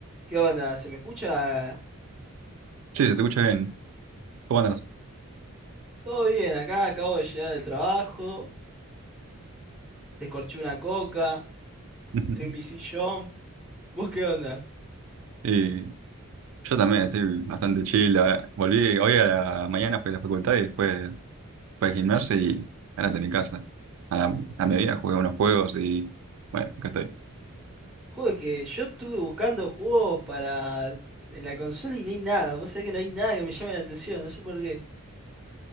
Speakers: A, in the centre; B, on the right.
A: ¿Qué onda? ¿Se me escucha?
B: Sí, se te escucha bien. ¿Cómo andas?
A: Todo bien, acá acabo de llegar del trabajo, descorché una coca,
B: <laughs>
A: estoy en mi sillón. <laughs> ¿Vos qué onda?
B: Y yo también estoy bastante chill. a- Volví hoy a la mañana, fui a la facultad y después fui al gimnasio y ahora de mi casa. A la, a mediodía jugué unos juegos y bueno, acá estoy.
A: Juego que yo estuve buscando juegos para en la consola y no hay nada. Vos sabés que no hay nada que me llame la atención, no sé por qué.